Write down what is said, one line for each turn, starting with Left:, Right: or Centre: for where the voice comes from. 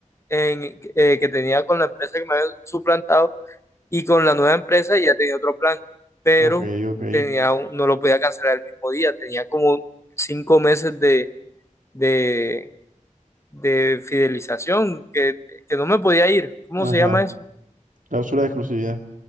Left: en- eh, que tenía con la empresa que me había suplantado y con la nueva empresa ya tenía otro plan, pero
Right: Ok, ok.
Left: tenía un- no lo podía cancelar el mismo día. Tenía como cinco meses de, de de fidelización, que, que no me podía ir. ¿Cómo
Right: Ajá.
Left: se llama eso?
Right: Cláusula de exclusividad.